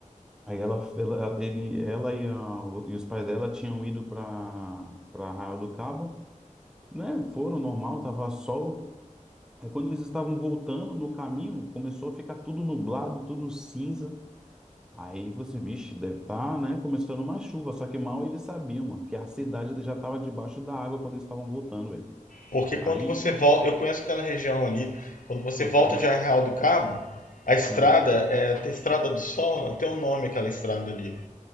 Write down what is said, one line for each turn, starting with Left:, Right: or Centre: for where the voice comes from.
Centre: Aí ela, ela, ele, ela e, a, e os pais dela tinham ido para para Arraial do Cabo, né? Foram normal, tava sol. Aí quando eles estavam voltando no caminho, começou a ficar tudo nublado, tudo cinza. Aí você, vixe, deve estar, tá, né? Começando uma chuva. Só que mal eles sabiam, mano, que a cidade já estava debaixo da água quando eles estavam voltando, velho.
Left: Porque quando
Centre: Aí,
Left: você volta, eu conheço aquela região ali, quando você
Centre: uhum,
Left: volta de Arraial do Cabo, a estrada,
Centre: sim,
Left: é, tem Estrada do Sol, não tem um nome aquela estrada ali.